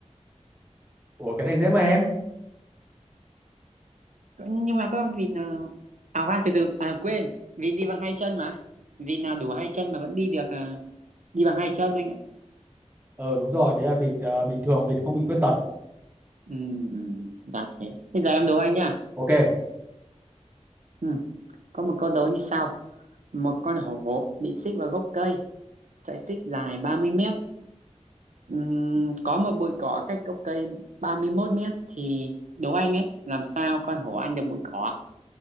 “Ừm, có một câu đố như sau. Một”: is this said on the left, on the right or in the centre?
Right